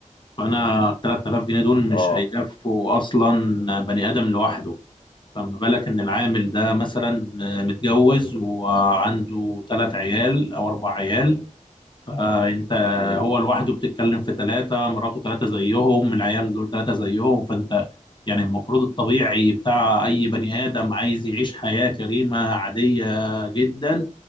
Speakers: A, on the left (about 35°); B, on the left (about 60°).
A: فانا ال 3000 جنيه دول مش
B: اه
A: هيكفوا اصلا بني ادم لوحده فما بالك إن العامل ده مثلا آه، متجوز
B: بالظبط
A: وعنده تلات عيال أو أربع عيال فأنت
B: مم.
A: هو لوحده بتتكلم في تلاتة مراته تلاتة زيهم العيال دول تلاتة زيهم فأنت يعني المفروض الطبيعي بتاع
B: مم.
A: أي بني آدم عايز يعيش حياة كريمة عادية جدا